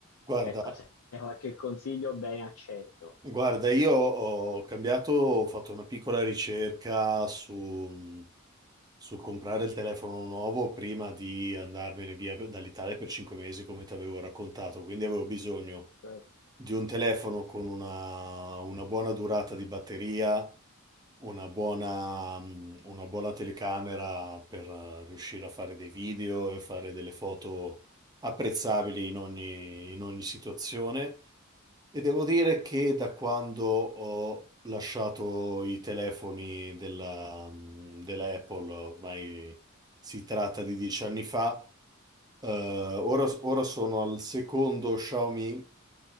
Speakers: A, on the right; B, on the left.
A: Guarda,
B: ecco, se c'è qualche consiglio, bene, accetto.
A: guarda, io ho cambiato, ho fatto una piccola ricerca su Sul comprare il telefono nuovo prima di andarmene via per- dall'Italia per 5 mesi, come ti avevo raccontato, quindi avevo bisogno
B: Certo.
A: di un telefono con una, una buona durata di batteria, una buona, mm, una buona telecamera per eh, riuscire a fare dei video e fare delle foto apprezzabili in ogni, in ogni situazione e devo dire che da quando ho lasciato i telefoni della, mh, della Apple, ormai si tratta di dieci anni fa, eh, ora, ora sono al secondo Xiaomi